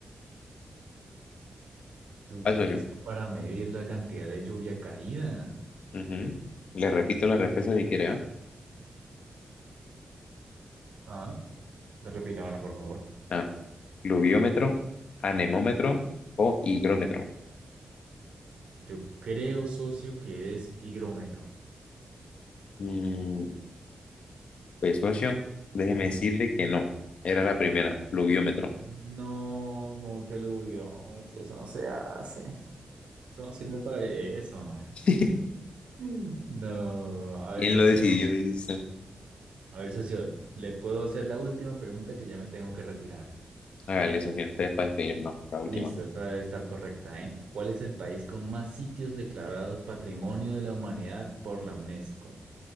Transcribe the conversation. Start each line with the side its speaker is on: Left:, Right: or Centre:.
Right: Se utiliza
Left: Paso yo.
Right: para medir la cantidad de lluvia caída.
Left: Ujú. Le repito la respuesta si quiere. ¿ah?
Right: Ajá. Repítamela, por favor.
Left: Ah, pluviómetro, anemómetro o higrómetro.
Right: Yo creo, socio, que es higrómetro.
Left: Mm, pues socio, déjeme decirle que no. Era la primera, pluviómetro.
Right: No, como que luviómetro, eso no se hace. Eso no sirve para eso.
Left: <laughs>
Right: Mm. No, a ver,
Left: ¿Quién
Right: socio.
Left: lo decidió? Dice. usted?
Right: A ver, socio, le puedo hacer la última pregunta que ya me tengo que retirar.
Left: Hágale, socio, entonces para despedirnos, la última.
Right: Listo, esta debe estar correcta, ¿eh? ¿Cuál es el país con más sitios declarados Patrimonio de la Humanidad por la UNESCO?